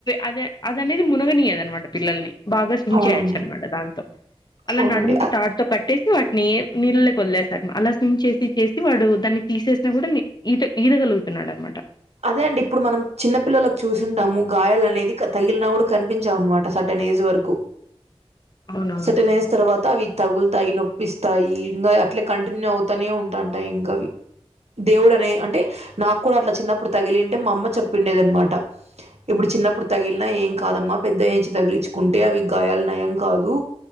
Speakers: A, on the left; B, on the right.
A: అదే అదనేది మునగనీయాది అన్నమాట పిల్లల్ని బాగా స్విమ్
B: అవునండి
A: చేయొచ్చు అన్నమాట దాంతో అలా
B: అవునండి
A: నడుముకి తాడుతో కట్టేసి వాటిని నీళ్ళలకి వదిలేసాము అలా స్విమ్ చేసి చేసి వాడు దాన్ని తీసేసినా కూడా ఈత ఈదగలుగుతున్నాడు అన్నమాట
B: అదే అండి ఇప్పుడు మనం చిన్న పిల్లలకు చూసుంటాం గాయలునేది తగిలిన కూడా కనిపించావు అన్నమాట స సర్టెన్ ఏజ్ వరకు
A: అవునవును
B: సర్టెన్ ఏజ్ తర్వాత అవి తగులుతాయి నొప్పిస్తాయి ఇంకా అట్లా కంటిన్యూ అవుతానే ఉంటాంట ఇంకావి దేవుడు అనే అంటే నాకు కూడా అట్లా చిన్నప్పుడు తగిలింటే మా అమ్మ చెప్పిండేదన్నమాట ఇప్పుడు చిన్నప్పుడు తగిలిన ఏం కాదమ్మా పెద్దయంచి తగిలిచుకుంటే అవి గాయాల నయం కాదు